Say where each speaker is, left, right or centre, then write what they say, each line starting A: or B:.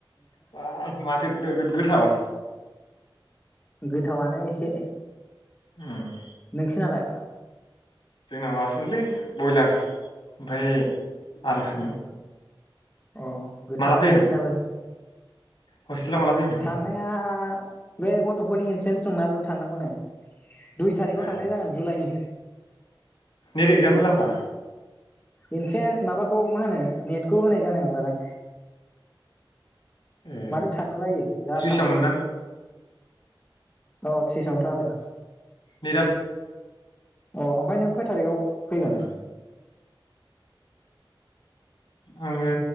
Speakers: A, on the left; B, on the left.
A: बा माथो नोगोद गोथाव।
B: गोथावानो एसे।
A: <unintelligible>
B: नोंसिनालाय?
A: जोंना माबासोमोनलै ब्रयलार ओमफाय आलुसोमोन।
B: अ गोथाव
A: माला फैयो
B: नोंसिनाबो।
A: हस्टेलाव माला फैयो
B: थांनाया बे गथफोरनि इन्ट्रेन्स दंना बेयाव थांनांगौनो। दुइ थारिखआव
A: ए
B: थांनाय जागोन जुलाइनि।
A: नेट एक्जाम होला होमबा
B: इन्ट्रेन माबाखौ मा होनो नेटखौ होनाय जानाय नंला दां।
A: ए
B: माथो थांनो बायो जा
A: थ्रिसाव
B: थाब
A: मोनना
B: अ थ्रिसआवनोथ आरो।
A: निराद
B: अ ओमफाय नों खय थारिकआव फैगोन?
A: उम आङो